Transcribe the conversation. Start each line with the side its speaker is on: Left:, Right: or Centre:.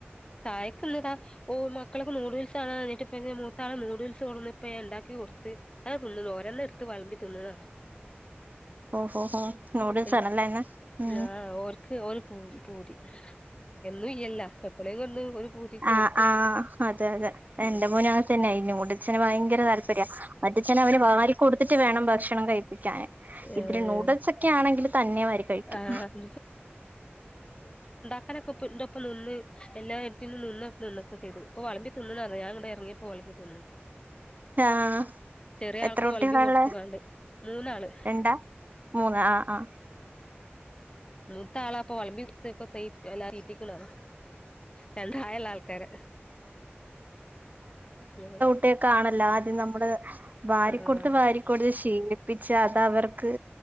Left: ചായക്കിന്നിതാ ഓ മക്കളൊക്കെ നൂഡിൽസാണറഞിട്ട് പിന്നെ മു താ നൂഡിൽസ് കൊണന്നിപ്പോ ഞാ ഉണ്ടാക്കി കൊടുത്ത് അത് തിന്നു ഓരെണ്ണംഎടുത്തു വെളമ്പിതിന്നത്താ
Right: ഓഹോ ഹോ നൂഡിൽസ്
Left: പിന്
Right: ആണല്ലേ ഇന്ന് ഉം
Left: ആ ഓർക്ക് ഒരു പൂ പൂതി എന്നും ഇല്ലല്ലോ എപ്പളെങ്കിലുമൊന്ന് ഒരു പൂതിക്ക്
Right: ആ
Left: ഓര്ക്കും
Right: ആ അതെ അതെ എൻറെ
Left: ഉം
Right: മോനും അങ്ങനെതന്നെയാ ഈ ന്യൂഡ് അച്ഛന് ഭയങ്കര താല്പര്യാ അവന്റച്ഛന് അവനുവാരി കൊടുത്തിട്ടുവേണം ഭക്ഷണം കഴിപ്പിക്കാൻ
Left: ഏഹ്
Right: ഇത്തിരി നൂഡിൽസൊക്കെ ആണെങ്കില് തന്നെവാരി കഴിക്കും
Left: ആഹ് അങ്ങനൊക്കെ ഇപ്പം എന്റൊപ്പം നിന്ന് എല്ലായിട്ടും നിന്നൊ നിന്നൊക്കെ ചെയ്യ്തു ഇപ്പം വെളമ്പി തിന്നൊന്ന് പറയും ഞാനങ്ങോട്ട് എറങ്ങി പോലപ്പം തിന്നുന്നു
Right: ആഹ്
Left: ചെറിയ
Right: എത്ര
Left: ആൾക്ക്
Right: കുട്ടികളാ
Left: വെളമ്പി കൊടുത്തുകാണ്ട്
Right: ഉള്ളെ
Left: മൂന്നാള്
Right: രണ്ടാ മൂന്ന് ആ ആ
Left: മൂത്ത ആളാപ്പൊ വെളമ്പി കൊടുത്തിപ്പോ തീ അല്ലാ തീറ്റിക്കണത് രണ്ടായാല ആൾക്കാര് <unintelligible>
Right: ട്ടേ കാണല്ല ആദ്യം നമ്മള് വാരി
Left: ആഹ്
Right: കൊടുത്ത് വാരി കൊടുത്ത് ശീലിപ്പിച്ച് അത് അവർക്ക്